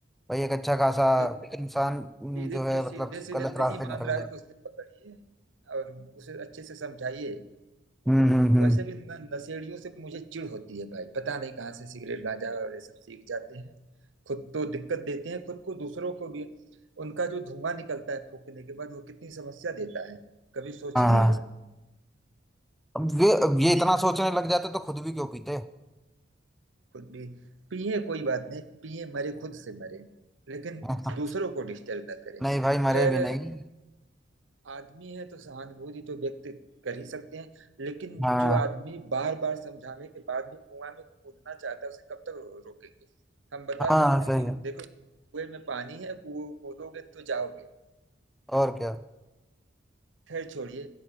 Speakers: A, in the centre; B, on the right.
A: भाई एक अच्छा खासा
B: क्योंकि
A: इंसान हम्म,
B: सीधे
A: जो है
B: सीधे
A: मतलब
B: सीधे
A: गलत
B: नहीं
A: रास्ते
B: मान
A: निकल
B: रहा
A: जाएगा
B: है तो उसे पकड़िए और उसे अच्छे से समझाइए
A: हम्म हम्म हम्म
B: वैसे भी न- नशेड़ियों से मुझे चिढ़ होती है भाई पता नहीं कहाँ से सिगरेट गांजा और ये सब सीख जाते हैं खुद तो दिक्कत देते हैं खुद को दूसरों को भी उनका जो धुआं निकलता है फूकने के बाद वो कितनी समस्या देता है कभी सोचे
A: हाँ हाँ।
B: हैं वह
A: अब ये अब ये इतना सोचने लग जाते तो खुद भी क्यों पीते
B: खुद भी पिए कोई बात नहीं पिए मरे खुद से मरे लेकिन
A: <laughs>
B: दूसरों को डिस्टर्ब ना करें
A: नहीं भाई मरे
B: खैर
A: भी नहीं
B: आदमी है तो सहानुभूति तो व्यक्त कर ही सकते हैं लेकिन
A: हाँ
B: जो आदमी बार बार समझाने के बाद भी कुआं में कूदना चाहता है उसे कब तक रो, रोकेंगे हम बता
A: हाँ
B: सकते
A: सही
B: हैं कि
A: है
B: देखो कुएं में पानी है कूद कूदोगे तो जाओगे
A: और क्या
B: खैर छोड़िए